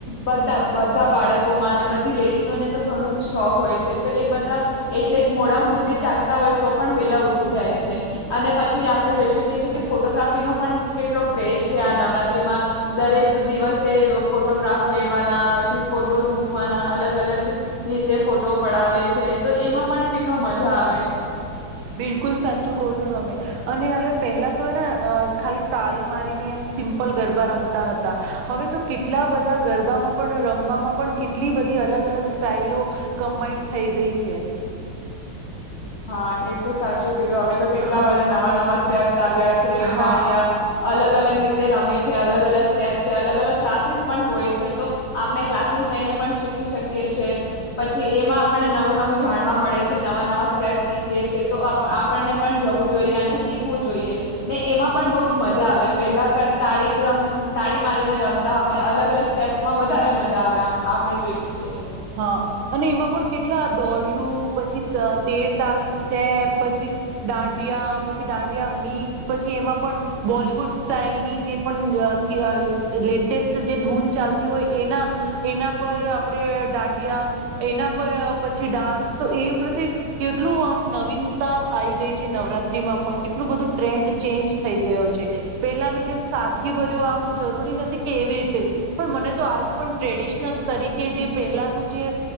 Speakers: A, on the left; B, on the right.
A: બધા બધા બાળકોમાં અને બધી લેડીઝોને તો ઘણું જ શોખ હોય છે, તો એ બધા એટલે જ મોડાં સુધી જાગતા હોય તો, પણ વેલા ઉઠી જાય છે અને પછી આપડે જોઈ શકીએ છીએ, કે ફોટોગ્રાફીનો પણ કેટલો ક્રેઝ છે. આ નવરાત્રીમાં દરેક દિવસે ફોટોગ્રાફ લેવાના પછી ફોટોઝ મૂકવાના, અલગ-અલગ રીતે ફોટો પડાવે છે, તો એમાં પણ કેટલો મજા આવે.
B: બિલકુલ સાચું કહો છો તમે અને હલે પહેલા તો ને ખાલી તાળી મારીને એમ સિમ્પલ ગરબા રમતા હતા. હવે તો કેટલા બધા ગરબામાં પણ, રમવામાં પણ કેટલી બધી અલગ અલગ સ્ટાઈલો કમ્બાઈન્ડ થઈ ગઈ છે.
A: હા, એતો સાચુ કે, હવે તો કેટલા
B: હા
A: બધા નવા નવા સ્ટેપસ આવ્યા છે,
B: હા
A: દાડિયા અલગ અલગ રીતે રમે છે, અલગ-અલગ સ્ટેપ છે, અલગ-અલગ ક્લાસીસ પણ હોય છે, તો આપણે ક્લાસીસ જઈને પણ શીખી શકીએ છે, પછી એમાં આપણને નવું-નવું જાણવા મળે છે. નવા નવા સ્ટેપસ શીખીએ છે, તો આપણને પણ જવું જોઈએ અને શીખવું જોઈએ, ને એમાં પણ બો જ મજા આવે. પેલા કરતા તાળી તાળી મારીને રમતા, અવે અલગ અલગ સ્ટેપસ માં વધારે મજા આવે, આમ આપણે જોઈ શકીએ છીએ.
B: હા અને એમાં પણ કેટલા દોડયુ પછી અહ તેર તાવિસ સ્ટેપ પછી દાંડિયા પછી દાંડિયા મિક્સ પછી એમાં પણ બોલિવુડ સ્ટાઈલની જે પણ અતી અ લેટેસ્ટ જે ધૂન ચાલતી હોય એના એના પર આપણે દાંડિયા એના પર પછી ડાન્સ તો એવી પ્રત્યે કેટલું આમ નવીનતા આવી ગઈ છે નવરાત્રીમાં પણ કેટલું બધું ટ્રેન્ડ ચેન્જ થઈ ગયો છે. પેલાની જેમ સાદગી ભર્યો આમ જરૂરી નથી કે એવી રીતે પણ મને તો આજ પણ ટ્રેડિશનલ તરીકે જે પહેલાનું જે